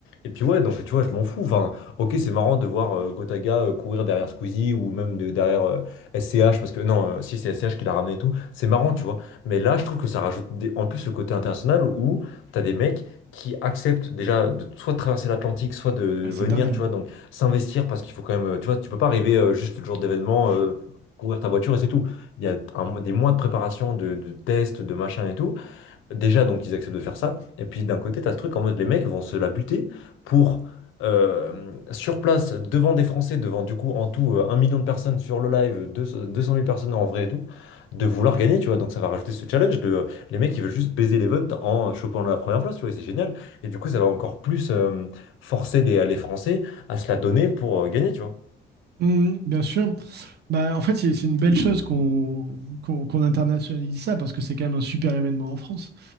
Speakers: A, on the left; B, on the right.
A: Et puis ouais, donc tu vois, je m'en fous. Enfin, ok, c'est marrant de voir euh, Gotaga euh, courir derrière Squeezie ou même de- derrière euh, SCH parce que non, euh, si c'est SCH qui l'a ramené et tout, c'est marrant, tu vois. Mais là, je trouve que ça rajoute des- en plus ce côté international où t'as des mecs qui acceptent déjà de soit de traverser l'Atlantique, soit de
B: Ah, c'est
A: venir,
B: dingue.
A: tu
B: hein.
A: vois, donc s'investir parce qu'il faut quand même, euh, tu vois, tu peux pas arriver euh, juste le jour d'événement, euh, courir ta voiture et c'est tout. Il y a un- des mois de préparation, de, de tests, de machin et tout. Déjà, donc, ils acceptent de faire ça. Et puis, d'un côté, t'as ce truc en mode les mecs vont se la buter pour, euh, sur place, devant des Français, devant du coup, en tout, euh, un million de personnes sur le live, deux- cent- deux cent mille personnes en vrai et tout, de vouloir gagner, tu vois. Donc, ça va rajouter ce challenge de euh, les mecs ils veulent juste baiser l'event en chopant la première place, tu vois. et C'est génial. Et du coup, ça va encore plus euh, forcer les, les Français à se la donner pour euh, gagner, tu vois.
B: Mhm, bien sûr. Bah, en fait, c'est c'est une belle chose qu'on qu'on qu'on internationalise ça parce que c'est quand même un super événement en France.